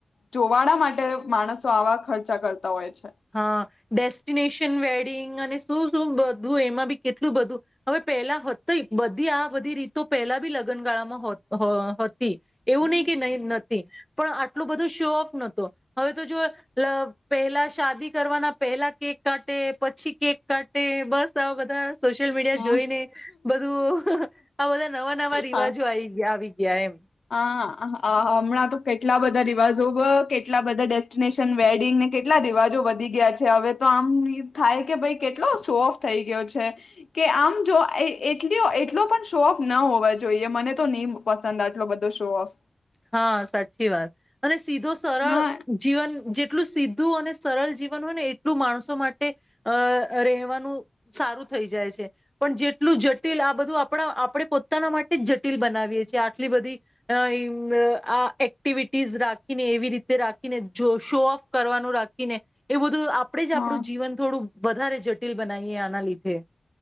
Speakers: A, on the left; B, in the centre.
A: જોવાડા માટે માણસો આવા ખર્ચા કરતા હોય છે.
B: હા ડેસ્ટિનેશન વેડિંગ અને શું શું બધું એમાં બી કેટલું બધું હવે પહેલા હતી બધી આ બધી રીતો પેલા બી લગ્નગાળામાં હોત હ તી એવું ની કે નહી નથી પણ આટ આટલું બધું શો ઓફ નતો હવે તો જો પહેલા પહેલા શાદી કરવાના પહેલા કેક કાટે પછી કેક કાટે બસ આવા બધા સોશિયલ મીડિયા
A: હમ
B: જોઈને બધું આ બધા નવા નવા રિવાજો
A: હા
B: આવી ગયા આવી ગ્યા એમ
A: હા અહ અ મણાં તો કેટલા બધા રિવાજો કેટલા બધા ડેસ્ટિનેશન વેડિંગને કેટલા રિવાજો વધી ગયા છે હવે તો આમ થાય કે ભાઈ કેટલો શો ઓફ થઈ ગયો છે કે આમ જો એ એટલયો એટલો પણ શો ઓફ ન હોવા જોઈએ મને તો ની પસંદ આવ એટલો બધો શો ઓફ
B: હા સાચી વાત અને સીધો સરળ
A: હા
B: જીવન જેત એટલું સીધું અને સરળ જીવન હોય ને એટલું માણસો માટે અ રહેવાનું સારું થઈ જાય છે પણ જેટલું જટિલ આ બધું આપણા આપણે પોતાના માટે જ જટિલ બનાવીએ છે આટલી બધી અ આ એક્ટિવિટીઝ રાખીને એવી રીતે રાખીને જો શો ઓફ કરવાનું રાખીને એ બધું આપડે જ આપણું
A: હા
B: જીવન થોડું વધારે જટિલ બનાવીએ આના લીધે